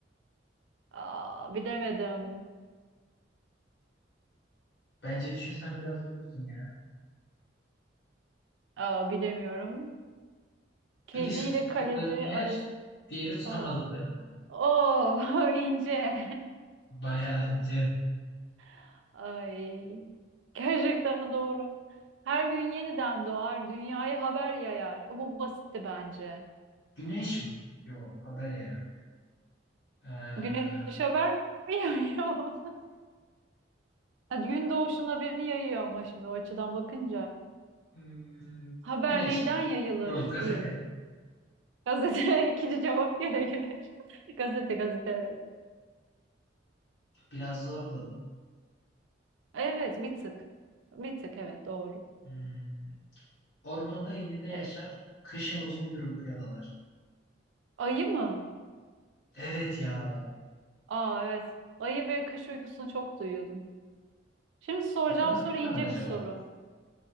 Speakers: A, on the right; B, on the left.
A: Aa, bilemedim.
B: Bence düşünsen biraz bulursun ya.
A: Aa, bilemiyorum. Kedi
B: Birisi
A: ile
B: tuttuklarını
A: kaleci
B: yer,
A: arası.
B: diğeri tutamadıklarını.
A: Oo, Oh, <laughs> ince.
B: Bayağı ince.
A: <laughs> Ay. Gerçekten doğru. Her gün yeniden doğar, dünyaya haber yayar. Bu basitti bence.
B: Güneş mi? Yo haber ya. Ee,
A: Güneş vermiyor. <laughs> mi yayıyor? Ha, Gün doğuşun haberini yayıyor ama şimdi o açıdan bakınca.
B: hmm,
A: Haber
B: güneş.
A: neyden yayılır
B: Yo gazete.
A: diyelim. Gazete <laughs> ikinci cevap gene güneş. <laughs> Gazete gazete evet.
B: Biraz zordu.
A: Evet bir tık. Bir tık evet doğru.
B: Hmm, ormanda ininde yaşar,
A: Evet.
B: kışın uzun bir uykuya dalar.
A: Ayı mı?
B: Evet ya.
A: Aa evet. Ayı ve kış uykusunu çok duyuyordum. Şimdi soracağım
B: O kadar
A: soru
B: uyuyorlar
A: ince
B: mı acaba?
A: bir soru.